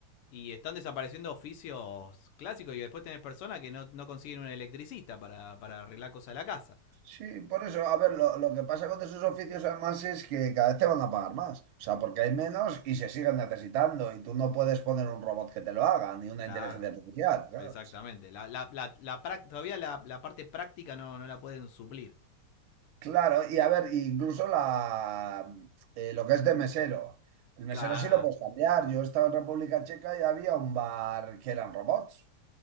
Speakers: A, on the left; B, on the right.
A: Y están desapareciendo oficios clásicos y después tenés personas que no, no consiguen un electricista para, para arreglar cosas de la casa.
B: Sí, por eso, a ver, lo, lo que pasa con esos oficios además es que cada vez te van a pagar más, o sea, porque hay menos y se siguen necesitando y tú no puedes poner un robot que te lo haga, ni una
A: Claro,
B: inteligencia artificial, claro.
A: exactamente. La, la, la, la todavía la, la parte práctica no, no la pueden suplir.
B: Claro, y a ver, incluso la, eh, lo que es de mesero, el mesero
A: Ca-
B: sí lo puedes cambiar, yo estaba en República Checa y había un bar que eran robots.